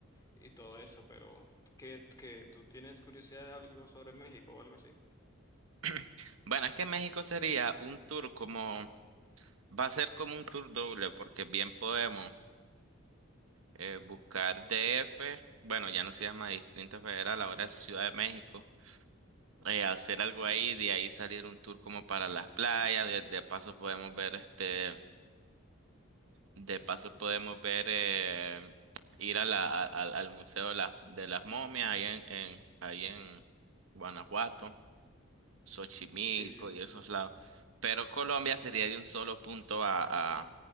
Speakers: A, on the left; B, on the right.
A: y todo eso, pero ¿qué, qué- tú tienes curiosidad de algo sobre México o algo así?
B: <clears throat> Bueno, es que México sería un tour como Va a ser como un tour doble, porque bien podemos eh, buscar DF, bueno, ya no se llama Distrito Federal, ahora es Ciudad de México, eh, hacer algo ahí, de ahí salir un tour como para las playas, de, de paso podemos ver este, de paso podemos ver eh, ir a la, a- al al Museo de las, de las Momias ahí en, en, ahí en Guanajuato, Xochimilco
A: Sí, sí, sí,
B: y esos
A: sí,
B: lados. Pero Colombia sería de un solo punto a, a,